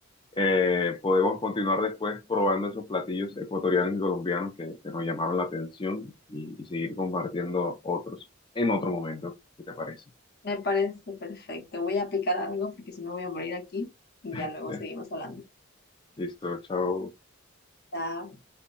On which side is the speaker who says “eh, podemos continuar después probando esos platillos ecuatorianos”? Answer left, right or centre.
Left